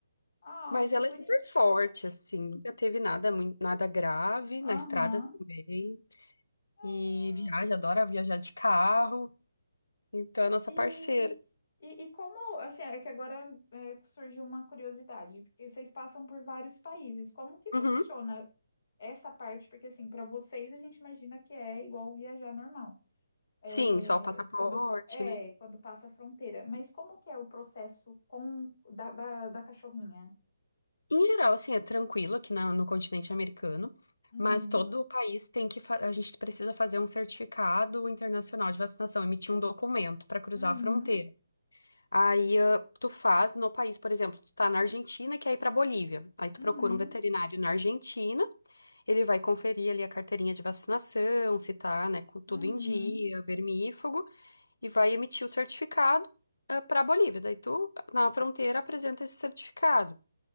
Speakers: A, on the left; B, on the left.
A: Ai,
B: Mas
A: que
B: ela
A: bonitinha.
B: é super forte, assim. Nunca teve nada, muito, nada grave
A: Aham.
B: na estrada também. E
A: Ai.
B: viaja, adora viajar de carro. Então é nossa
A: E,
B: parceira.
A: e, e como, assim, é que agora é, surgiu uma curiosidade, porque vocês passam por vários países. Como que funciona
B: Uhum.
A: essa parte? Porque, assim, para vocês a gente imagina que é igual viajar normal. É,
B: Sim, só o passaporte,
A: quando, é,
B: né?
A: quando passa a fronteira. Mas como que é o processo com da, da, da cachorrinha?
B: Em geral, assim, é tranquilo aqui na- no continente americano.
A: Uhum.
B: Mas todo o país tem que. fa- A gente precisa fazer um certificado internacional de vacinação, emitir um documento para cruzar
A: Uhum.
B: a fronteira. Aí ah, tu faz no país, por exemplo, tu tá na Argentina e quer ir pra Bolívia. Aí tu
A: Uhum,
B: procura um veterinário na Argentina. Ele vai conferir ali a carteirinha de vacinação, se tá, né, com tudo
A: uhum.
B: em dia, vermífugo, e vai emitir o certificado para a Bolívia. Daí tu, na fronteira, apresenta esse certificado.